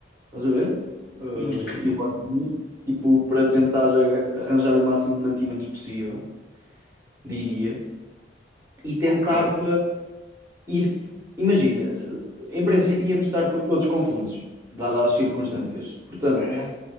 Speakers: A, on the right; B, on the left.
A: estás a ver? Eh,
B: E,
A: e lojinhas, tipo, para tentar arra- arranjar o máximo de mantimentos possível. diria, e tentava
B: ok,
A: ir. Imagina, em princípio íamos estar co- todos confusos, dadas as circunstâncias. Portanto,
B: pá, é,